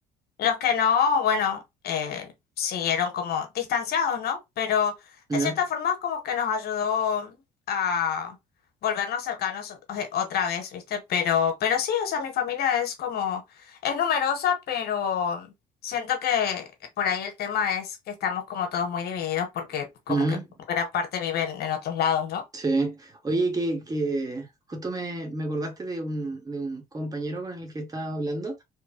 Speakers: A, on the left; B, on the right.
A: los que no, bueno, eh, siguieron como distanciados, ¿no? Pero
B: Ya.
A: de cierta forma es como que nos ayudó a volvernos cercanos o- eh, otra vez, ¿viste? Pero, pero sí, o sea, mi familia es como, es numerosa, pero siento que por ahí el tema es que estamos como todos muy divididos porque como
B: ujú,
A: que gran parte viven en otros lados, ¿no?
B: Sí. Oye, que, que justo me, me acordaste de un, de un compañero con el que estaba hablando.